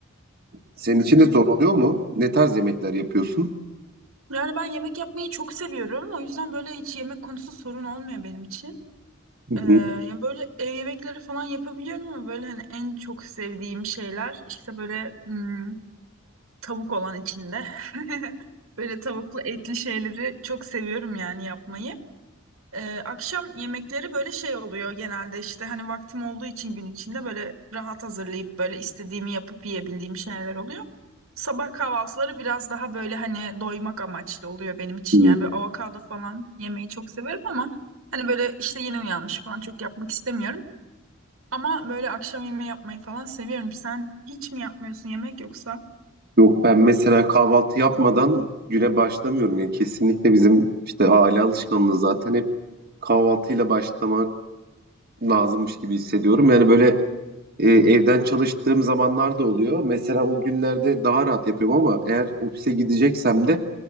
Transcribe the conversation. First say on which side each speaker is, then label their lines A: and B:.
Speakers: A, on the right; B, on the right.
A: Senin için
B: Hı hı.
A: de zor oluyor mu? Ne tarz yemekler yapıyorsun?
B: Yani ben yemek yapmayı çok seviyorum. O yüzden böyle hiç yemek konusu sorun olmuyor benim için.
A: Hı hı.
B: Ee, ya böyle ev yemekleri falan yapabiliyorum ama böyle hani en çok sevdiğim şeyler işte böyle hmm, tavuk olan içinde. <laughs> Böyle tavuklu etli şeyleri çok seviyorum yani yapmayı. Ee, akşam yemekleri böyle şey oluyor genelde işte hani vaktim olduğu için gün içinde böyle rahat hazırlayıp böyle istediğimi yapıp yiyebildiğim şeyler oluyor. Sabah kahvaltıları biraz daha böyle hani doymak amaçlı oluyor benim için.
A: Hı.
B: Yani böyle avokado falan yemeyi çok severim ama hani böyle işte yeni uyanmış falan çok yapmak istemiyorum. Ama böyle akşam yemeği yapmayı falan seviyorum. Sen hiç mi yapmıyorsun yemek yoksa?
A: Yok ben mesela kahvaltı yapmadan güne başlamıyorum. Yani kesinlikle bizim işte aile alışkanlığı zaten hep kahvaltıyla başlamak lazımmış gibi hissediyorum. Yani böyle E, evden çalıştığım zamanlar da oluyor. Mesela o günlerde daha rahat yapıyorum ama eğer ofise gideceksem de